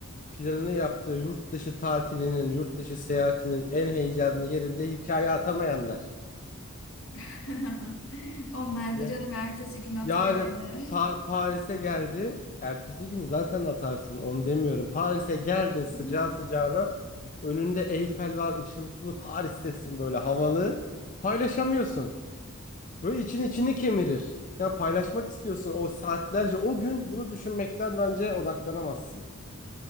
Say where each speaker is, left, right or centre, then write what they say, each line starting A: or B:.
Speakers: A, on the left; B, on the left.
A: planını yaptığı yurt dışı tatilinin, yurt dışı seyahatinin en heyecanlı yerinde hikaye atamayanlar.
B: <laughs> Onlar
A: Ya.
B: da canım ertesi gün atıverirler.
A: Yani Pa- Paris'e geldi. Ertesi gün zaten atarsın onu demiyorum. Paris'e geldin sıcağı
B: Hı hı.
A: sıcağına. Önünde Eyfel var ışıltılı Paris'tesin böyle havalı. Paylaşamıyorsun. Böyle için içini kemirir. Ya paylaşmak istiyorsun o saatlerce o gün bunu düşünmekten bence odaklanamazsın.